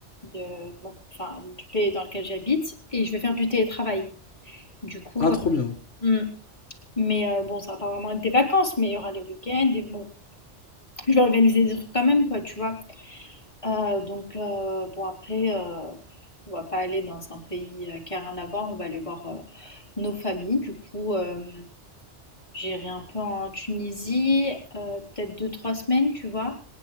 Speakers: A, on the left; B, on the left.
A: de... bon, enfin, du pays dans lequel j'habite, et je vais faire du télétravail. Du coup,
B: Ah,
A: euh,
B: trop bien.
A: mm. mais euh, bon, ça va pas vraiment être des vacances, mais il y aura les week-ends. Et bon, je vais organiser des trucs quand même, quoi, tu vois. Euh, donc, euh, bon, après, euh, on va pas aller dans un pays euh, qui a rien à voir. On va aller voir euh, Nos familles, du coup, hem, j'irai un peu en Tunisie, heu, peut-être deux trois semaines, tu vois?